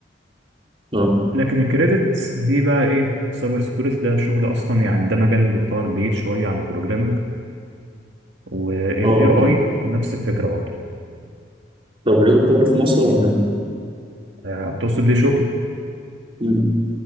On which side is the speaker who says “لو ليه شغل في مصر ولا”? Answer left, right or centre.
Right